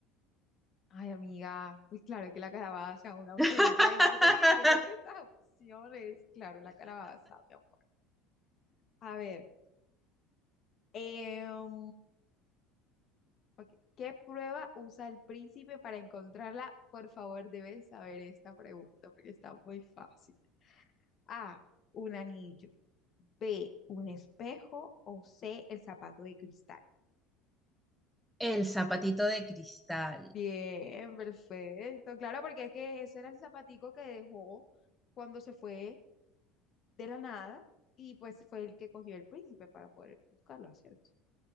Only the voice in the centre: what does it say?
<laughs>
El zapatito de cristal.